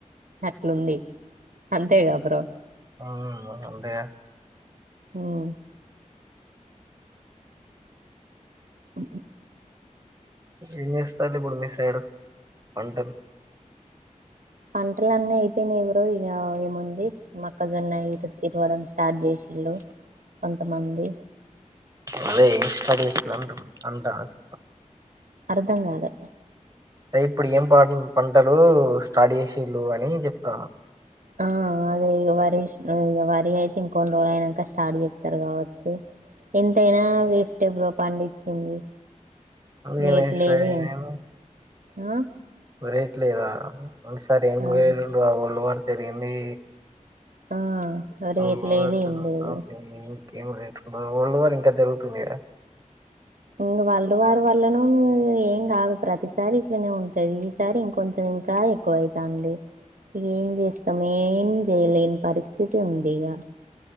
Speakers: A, on the right; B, on the right.
A: అట్లుంది అంతేగే బ్రో
B: హ అంతేగా
A: మ్మ్మ్మ్ ఎవరు
B: ఏంచేస్తారు ఇప్పుడు మీ సైడ్ పంటలు
A: పంటల అన్నీ అయిపోయినాయి బ్రో ఇక ఏముంది మక్కజొన్న ఇ ఇరవడం స్టార్ట్ చేసిళు కొంతమంది
B: అదే స్టడస్ అంట చె
A: అర్ధం కాలే
B: అదే ఇప్పుడు ఏం పంటలు స్టడీ చేసిళు అని చెప్తాను
A: ఆ అదే ఇక వరి ఇక వరి అయితే ఇంకొధీరోజు అయినాక స్టార్ట్ చేస్తారు కావచ్చు ఎంతైనా వేస్టే బ్రో పండించిది
B: అందుకేమేస్తది
A: రేట్ లేదు
B: నేను
A: ఆ
B: రేట్ లేదాసారి ఎం
A: ఆ
B: వరల్డ్ వారు జరిగింది
A: ఆ అ రేట్
B: వరల్డ్ వార్
A: లేదు
B: జరుగుతాంది
A: ఏం లేదు
B: <inaudible> వరల్డ్ వార్ ఇంకా జరుగుతుంది కదా.
A: ఇంగా వరల్డ్ వార్ వల్లనో ఏం కాదు. ప్రతిసారి ఇట్లనే ఉంటది ఈసారి ఇంకొంచెం ఇంకా ఎక్కువైతాంది. ఇగ ఏం చేస్తాం. ఏం చేయలేని పరిస్థితి ఉంది ఇగా.